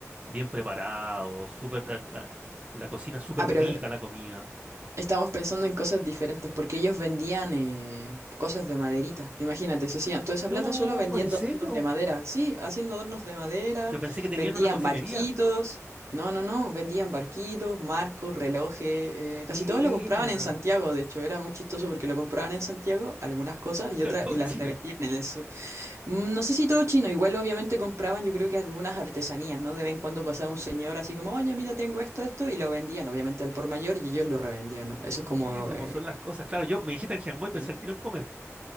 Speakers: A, on the right; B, on the right.
A: bien preparado, súper, la, la- la cocina súper
B: Ah, pero
A: rica, la comida.
B: estamos pensando en cosas diferentes, porque ellos vendían eh, cosas de maderita. Imagínate, se hacían toda esa
A: No,
B: plata solo vendiendo
A: ¿en serio?
B: adornos de madera. Sí, haciendo adornos de madera,
A: Yo pensé que tenían
B: vendían
A: una cocinería.
B: barquitos. No, no, no, vendían barquitos, marcos, relojes. eh,
A: Buena.
B: casi todo lo compraban en Santiago, de hecho, era muy chistoso porque lo compraban en Santiago, algunas cosas, y
A: <laughs>
B: otras,
A: Era todo
B: y las
A: chino.
B: revendían en el sur. Mm, No sé si todo chino, igual obviamente compraban yo creo que algunas artesanías, ¿no? De vez en cuando pasaba un señor así como, oye, mira, tengo esto, esto, y lo vendían obviamente al por mayor y ellos lo revendían, ¿no? Eso
A: Mira
B: es como...
A: cómo
B: eh,
A: son las cosas. Claro, yo me dijiste en Genmoy, y pensé
B: Sí.
A: el tiro en comer, po.